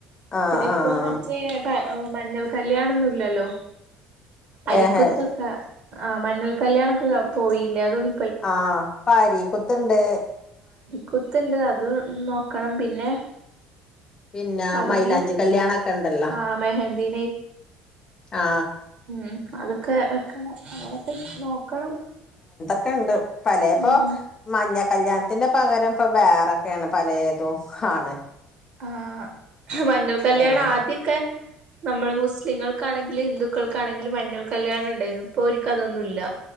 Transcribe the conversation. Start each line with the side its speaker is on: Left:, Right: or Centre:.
Left: ആഹ്
Right: പിന്നെ ഇപ്പൊ
Left: ആഹ്
Right: മറ്റേ മഞ്ഞൾ കല്യാണൊന്നുമില്ലല്ലോ അരിക്കുത്തൊക്കെ
Left: ഏഹ്
Right: ആ മഞ്ഞൾ കല്യാണൊക്കെ പോയില്ലേ അതൊന്ന
Left: ആ പ്പരീക്കുത്തണ്ട്.
Right: കുത്തണ്ട് അതും നോക്കണം പിന്നെ
Left: പിന്നെ
Right: അതന്നെ
Left: മൈലാഞ്ചി കല്യാണൊക്കെണ്ടല്ലോ
Right: ആഹ് മെഹന്തി
Left: ആ
Right: ഉ അതൊക്കെ വെക്കണം അങ്ങനെക്കെ നോക്കണം.
Left: ക്കേണ്ട് പലേപ്പോ
Right: ഉം
Left: മഞ്ഞ ക്കല്യാണത്തിന്റെ പകരം ഇപ്പൊ വേറൊക്കെയാണ് പലേതും ആണ്.
Right: ആ മഞ്ഞൾ കല്ല്യാണം
Left: ആഹ്
Right: ആദ്യൊക്കെ ന്നമ്മള് മുസ്ലിങ്ങൾക്കാണെങ്കില് ഹിന്ദുക്കൾക്കാണെങ്കിലും മഞ്ഞൾ കല്ല്യിണം ണ്ടേയിന്നു ഇപ്പോര്ക്കതൊന്നുല്ല